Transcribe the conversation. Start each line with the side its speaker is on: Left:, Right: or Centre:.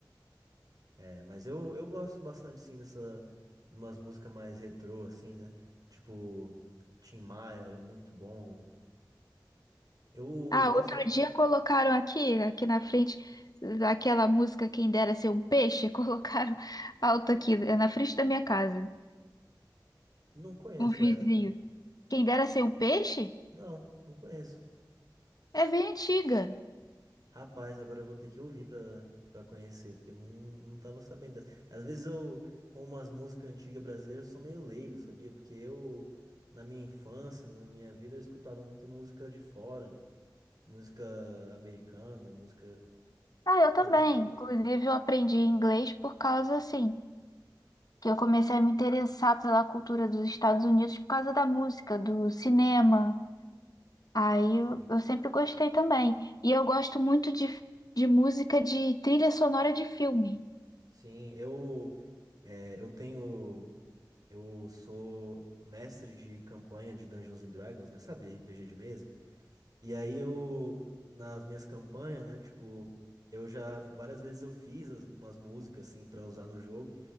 Right: É, mas eu, eu gosto bastante, sim, dessa... Umas músicas mais retrô, assim, né? Tipo, Tim Maia era muito bom. Eu
Left: Ah,
Right: gosto
Left: outro
Right: de...
Left: dia colocaram aqui, aqui na frente, aquela música Quem Dera Ser um Peixe, <laughs> colocaram alto aqui, na frente da minha casa,
Right: Não conheço
Left: um vizinho.
Right: essa.
Left: Quem Dera Ser um Peixe?
Right: Não, não conheço.
Left: É bem antiga.
Right: Rapaz, agora eu vou ter que ouvir pra, pra conhecer, porque eu não, não tava sabendo dessa. Às vezes eu, com umas músicas antigas brasileiras, eu sou meio leigo, sabia? Porque eu, na minha infância, na minha vida, eu escutava muito música de fora. música americana, música,
Left: Ah,
Right: sei
Left: eu
Right: lá,
Left: também.
Right: de outro lugar.
Left: Inclusive, eu aprendi inglês por causa, assim, que eu comecei a me interessar pela cultura dos Estados Unidos por causa da música, do cinema. Aí eu,
Right: Sim.
Left: eu sempre gostei também. E eu gosto muito de, de música de trilha sonora de filme.
Right: Sim, eu, é, eu tenho, eu sou mestre de campanha de Dungeons and Dragons, né? Sabe, RPG de mesa. E aí eu, nas minhas campanhas, né, tipo, eu já, várias vezes eu fiz as- umas músicas, assim, pra usar no jogo.